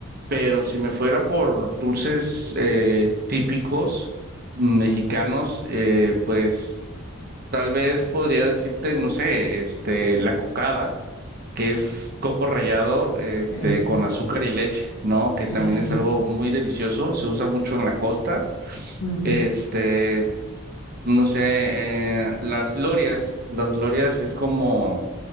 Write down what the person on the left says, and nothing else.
Sí.
Sí,
sí. sí.
Mm,